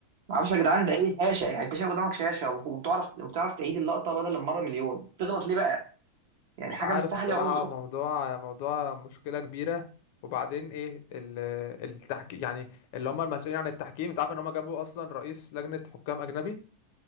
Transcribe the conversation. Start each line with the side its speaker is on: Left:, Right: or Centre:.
Right: معرفش يا جدعان ده ايه الشاشة يعني انت شايف قدامك شاشة وبف- وبتعرف بتعرف تعيد اللقطة بدل المرة مليون تغلط ليه بقى يعني
Left: مش
Right: حكم
Left: عارف
Right: الساحة
Left: الصراحه
Right: ليه عذره
Left: موضوع موضوع مشكله كبيره وبعدين ايه التحكيم يعني اللي هم المسؤولين عن التحكيم انت عارف ان هم جابوا اصلا رئيس لجنه حكام اجنبي